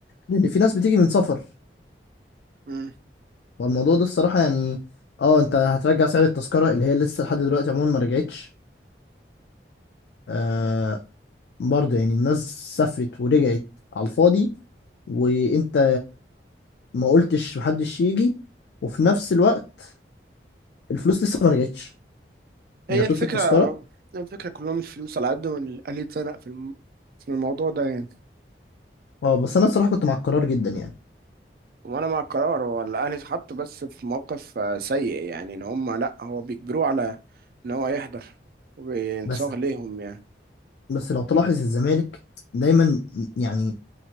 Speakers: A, on the left; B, on the right.
A: لأن في ناس بتيجي من سفر
B: مم.
A: والموضوع ده الصراحة يعني اه انت هترجع سعر التذكرة اللي هي لسه لحد دلوقتي عموما ما رجعتش آه برضه يعني الناس سافرت ورجعت على الفاضي وانت ما قلتش محدش يجي وفي نفس الوقت الفلوس لسه ما رجعتش
B: هي
A: يعني فلوس
B: الفكرة
A: التذكرة
B: الفكرة كلهم الفلوس على قد ما الاهلي اتزنق في الم- في الموضوع ده يعني
A: اه بس انا الصراحة كنت مع القرار جدا يعني
B: وانا مع القرار هو الاهلي اتحط بس في موقف آه، سيء يعني ان هم لا هو بيجبروه على ان هو يحضر وبينصاغ
A: بس
B: ليهم يعني
A: بس لو تلاحظ الزمالك دايما يعني